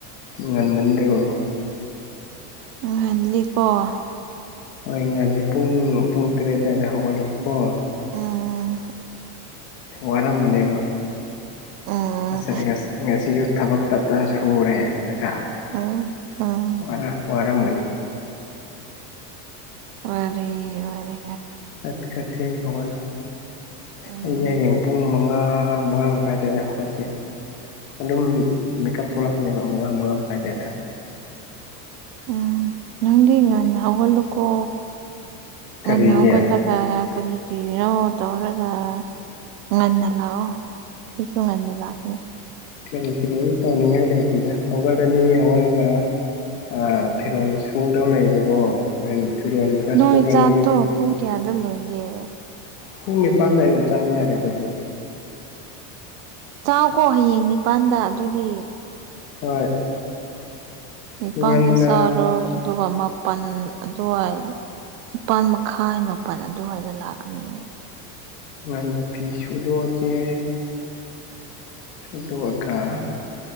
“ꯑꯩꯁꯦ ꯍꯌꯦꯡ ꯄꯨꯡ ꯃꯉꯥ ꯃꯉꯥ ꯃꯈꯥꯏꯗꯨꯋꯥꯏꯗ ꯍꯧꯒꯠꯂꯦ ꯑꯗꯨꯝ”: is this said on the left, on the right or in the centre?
Left